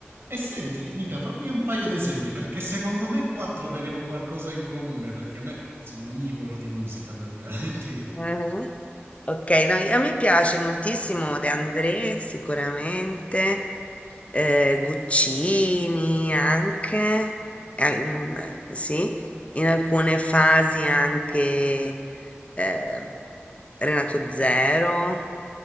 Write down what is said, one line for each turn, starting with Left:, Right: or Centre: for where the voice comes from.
Right: E senti, Nica, fammi un paio di esempi, perché secondo me qua troveremo qualcosa in comune, perché a me sono onnivoro di musica praticamente io.
Left: Ah-ah. Ok, no, a me piace moltissimo De André, sicuramente, eh, Guccini anche, eh, mm, eh, sì, in alcune fasi anche eh, Renato Zero,